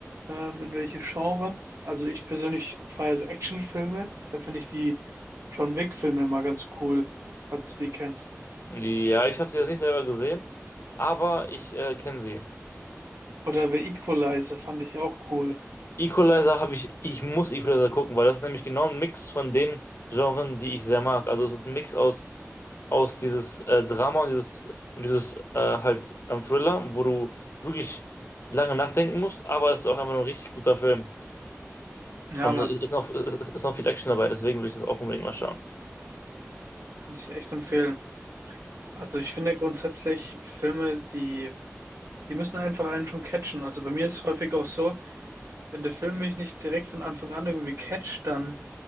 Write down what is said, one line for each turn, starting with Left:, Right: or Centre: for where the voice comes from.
Right: ähm, in welche Genre. Also ich persönlich feiere so Actionfilme. Da finde ich die John Wick-Filme immer ganz cool, falls du die kennst.
Left: Ja, ich habe sie jetzt nicht selber gesehen, aber ich äh, kenne sie.
Right: Oder The Equalizer fand ich auch cool.
Left: Equalizer habe ich, ich muss Equalizer gucken, weil das ist nämlich genau ein Mix von den Genren, die ich sehr mag. Also es ist ein Mix aus, aus dieses äh, Drama und dieses, und dieses äh, halt ähm, Thriller, wo du wirklich lange nachdenken musst, aber es ist auch einfach nur ein richtig guter Film.
Right: Ja,
Left: Und
Right: Mann,
Left: es ist noch, es ist noch viel Action dabei, deswegen will ich das auch unbedingt mal schauen.
Right: kann ich echt empfehlen. Also ich finde grundsätzlich Filme, die, die müssen einfach einen schon catchen. Also bei mir ist es häufig auch so, wenn der Film mich nicht direkt von Anfang an irgendwie catcht, dann